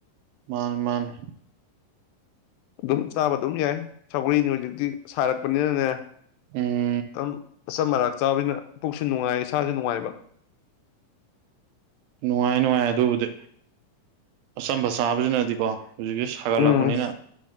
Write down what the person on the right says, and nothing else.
ꯃꯥꯅꯦ ꯃꯥꯅꯦ
ꯎꯝ
ꯅꯨꯡꯉꯥꯏ ꯅꯨꯡꯉꯥꯏ ꯑꯗꯨꯕꯨꯗꯤ ꯑꯆꯝꯕ ꯁꯥꯥꯕꯁꯤꯅ ꯗꯤꯀꯣ ꯍꯧꯖꯤꯛꯇꯤ ꯁꯥꯒꯠꯂꯛꯄꯅꯤꯅ